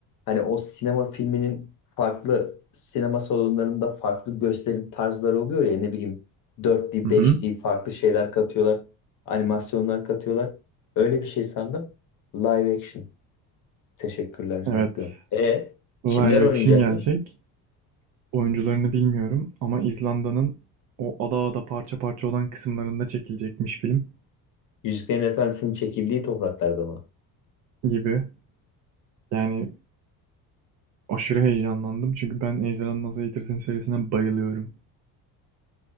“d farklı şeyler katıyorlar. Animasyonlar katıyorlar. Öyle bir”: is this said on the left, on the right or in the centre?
Left